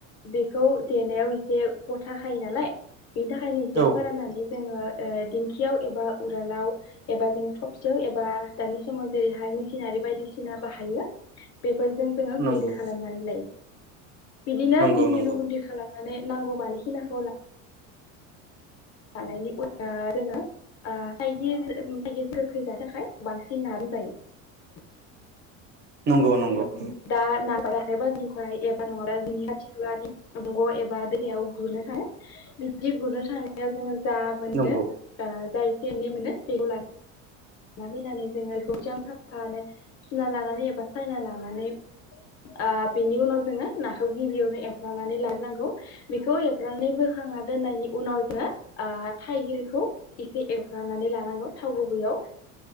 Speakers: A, on the left; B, on the right.
A: बेखौ देनायाव एसे गथा खायो नालाय। बिनि थाखायनो एसे
B: औ
A: फोराननानै जोङो ओ दिंखियाव एबा उरालाव एबा जों थ' सियाव एबा दानि समाव जेरैहाय मिसिनारि बायदिसिना बाहायो। बे फोरजों जोङो
B: नंगौ
A: गुन्दि खालामनानै लायो। बिदिनो
B: नंगौ
A: गिबियावनो
B: नंगौ
A: गुन्दि खालानानै नांगौ मानि खिनाखौ ला लानायनि उ <inaudible> जोङो ओ थाइगिर थाइगिर गोखै जानो थाखाय बांसिन नाजों जायो।
B: नंगौ नंग'।
A: दा ना <unintelligible> हाथाइ बाज <inaudible> निफ्राय एबा नङाब्ला जोंनि खाथि खालानि दंग एबा दैयाव गुरनो थाङो। बिब्दि गुरनो थांनायाव जोङो जा
B: नंगौ
A: मोनो ओ जाय से एनै मोनो बेखौ ला लाबोनानै जोङो बेखौ मोजां साबफानो सुना लानानै एबा सायना लानानै आ बेनि उनाव जोङो नाखौ गिबियावनो एफ्रामनानै लाग्रोनांगौ। बेखौ एवफ्रामनानै बोखां खांना दोननायनि उनाव जोङो ओ थाइगिरखौ एसे एवफ्रामनानै लानांगौ थाव गुबैयाव। आ